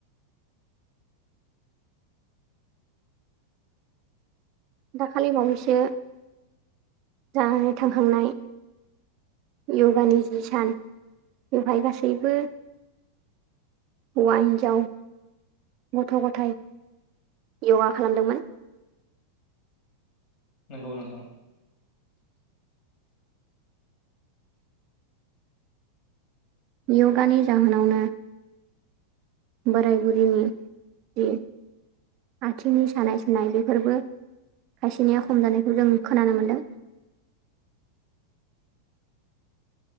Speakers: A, on the right; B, on the left.
A: दाखालि बावैसो जानानै थांखांनाय यगानि जि सान बेवहाय गासैबो हौवा हिनजाव गथ' गथाइ यगा खालामदोंमोन।
B: नंगौ नोंथां।
A: यगानि जाहोनावनो बोराय बुरिनि जे आथिंनि सानाय सुनाय बेफोरबो खायसेनिया खम जानायखौ जों खोनानो मोनदों।
B: <inaudible>